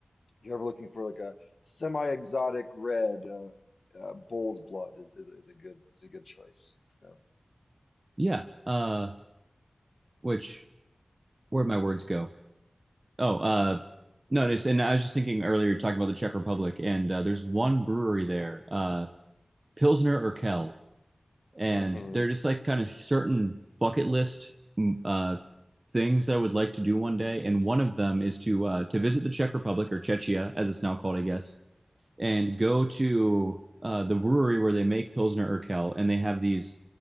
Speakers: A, on the left; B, on the right.
A: you're ever looking for like a semi-exotic red, uh, uh, Bold Blood is, is is a good is a good choice. Yeah.
B: Yeah. Uh, which where'd my words go? Oh, uh, no. It's, and I was just thinking earlier, talking about the Czech Republic, and uh, there's one brewery there, uh, Pilsner Urquell and
A: hmm
B: they're just like kind of certain bucket list mm, uh, things that I would like to do one day, and one of them is to uh, to visit the Czech Republic or Czechia, as it's now called, I guess, and go to uh, the brewery where they make Pilsner Urquell, and they have these